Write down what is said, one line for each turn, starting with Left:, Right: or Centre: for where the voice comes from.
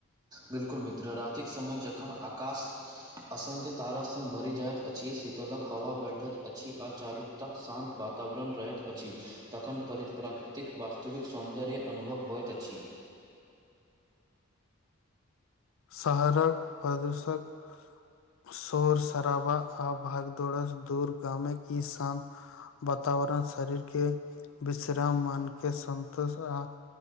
Right: बिल्कुल मित्र रातिक समय जखन आकाश असंख्य तारा संग भरि जाइत अछि शीतलक हवा बठित अछि आ चारू तक शान्त वातावरण रहति अछि तखन परिप्राकृतिक वास्तविक सौन्दर्य अनुभव होइत अछि
Left: शहरक प्रदूषक शोर शराबा आ भागदोडस दूर गमे की शान वातावरण शरीर के विश्राम मन के सन्तोष आ